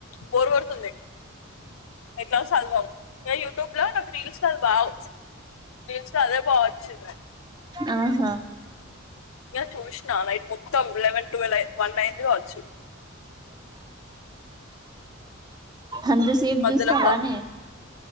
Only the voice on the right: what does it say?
ఆహా
అంతా సేపు
చూస్తావానే